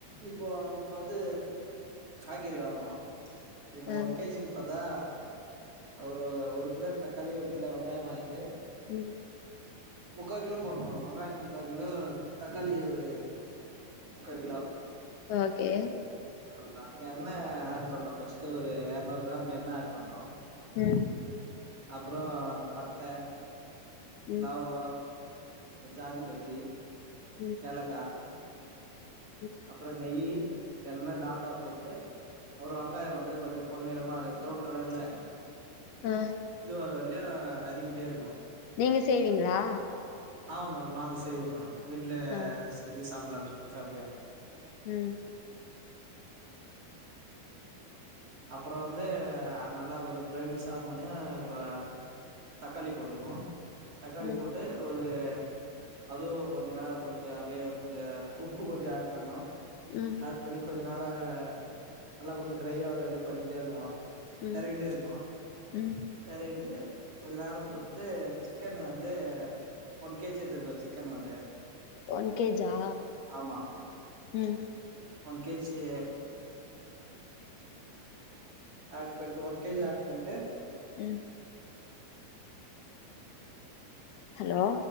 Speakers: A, on the right; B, on the left.
A: இப்போ இப்ப வந்து காய்கறி வாங்கணு இப்போ
B: ஆ
A: ஒன் கேஜி அதா ஒரு ஒரு கிலோ தக்காளி ஒரு கிலோ வெங்காயோ வாங்கிட்டு
B: உம்
A: முக்கா கிலோ போடணு வெங்காயோ முக்கா கிலோ தக்காளி ஒரு முக்கா கிலோ
B: ஓக்கே
A: அவ்வளதா எண்ணெ ஆட் பண்ணு பர்ஸ்ட்டு ஒரு எரநூறு கிராம் எண்ணெ ஏட் பண்ணு
B: உம்
A: அப்புறோ அந்த பட்ட
B: ம்
A: லவங்கோ ஜாதி பத்திரி
B: ம்
A: ஏலக்கா
B: ம்
A: அப்புறோ நெய்யி எண்ண டால்டா போட்டு ஒரு வெங்காயோ வந்து கொஞ்சு பொன் நிறமா அப்டியே பிரவுன் கலர்ல
B: ஆ
A: இது வர வர்லையு வதக்கிட்டே இருக்கணு
B: நீங்க செய்வீங்களா
A: ஆமா மேடம் நா அத செய்வே மேடம் வீட்டுல
B: ஆ
A: செஞ்சி சாப்படலான்னு சொல்ட்டு ஃபேமிலியா
B: ம்
A: அப்புறோ வந்து நல்லா கொஞ்சு ஃபிரௌனிஸ் ஆகோனு இப்ப தக்காளி போட்டுக்கணு தக்காளி
B: ம்
A: போட்டு ஒரு அதுவு கொஞ்சு நேரோ கொஞ்சு அப்டியே கொஞ்சு உப்பு கொஞ்சு ஏட் பண்ணணு
B: ம்
A: ஏட் பண்ணி கொஞ்சு நேரோ நல்லா கொஞ்சு ட்ரையா இதுவரையிலு பண்ணிட்டே இருக்கணு
B: ம்
A: தெரவிட்டே இருக்கோ
B: ம்
A: தெரவிட்டு கொஞ்சு நோரோ போ இது சிக்கன் வந்து ஒன் கேஜி எத்துருக்கோ சிக்கன் வந்து
B: ஒன் கேஜா
A: ஆமா
B: ம்
A: ஒன் கேஜ்ஜி ஆட் பண்ட்டு ஒன் கேஜி ஆட் பண்ட்டு
B: ம் ஹலோ